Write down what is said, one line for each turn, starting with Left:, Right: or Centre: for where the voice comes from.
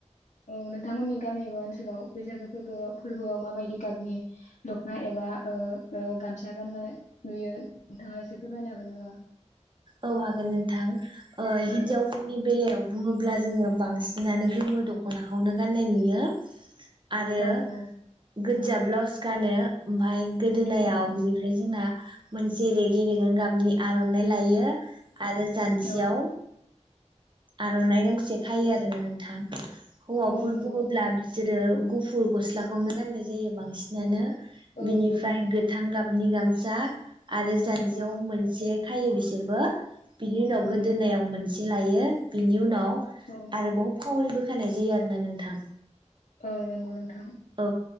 Left: औ नोंथांमोननि गामि एबा ओनसोलाव बैसागो फोरबोआव फोरबोआव माबायदि गाबनि दखना एबा ओ ओ गामसा गाननाय नुयो नोंथाङा एसे फोरमायनो हागोन नामा?
Right: औ हागोन नोंथां। ओ
Left: औ
Right: हिन्जावफोरनि बेलायाव बुङोब्ला जोङो बांसिनानो गोमो दखनाखौनो गाननाय नुयो। आरो
Left: औ औ
Right: गो जा ब्लाउस गानो ओमफाय गोदोनायाव
Left: उम
Right: बिनिफ्राय जोंना मोनसे रेगे रेगां गाबनि आरनाइ लायो। दा आरो जानजियाव
Left: औ
Right: आरनाय गांसे खायो आरोना नोंथां हौवाफोर
Left: औ नंगौ
Right: बुङोब्ला
Left: नोंथां
Right: बिसोर गु फुल गस्लाखौनो गाननाय जायो बांसिनानो
Left: औ
Right: बिनिफ्राय
Left: नंगौ नंगौ
Right: गोथां गाबनि गाम जा आरो जान्जियाव
Left: औ
Right: मोनसे खायो बि सोरबो बिनि उनाव गोदोनायाव
Left: औ नंगौ
Right: मोनसे लायो बिनि उनाव
Left: औ
Right: आरो बहु खलबो <unintelligible> होनाय जायो आरो ना नोंथां
Left: औ नंगौ नोंथां
Right: औ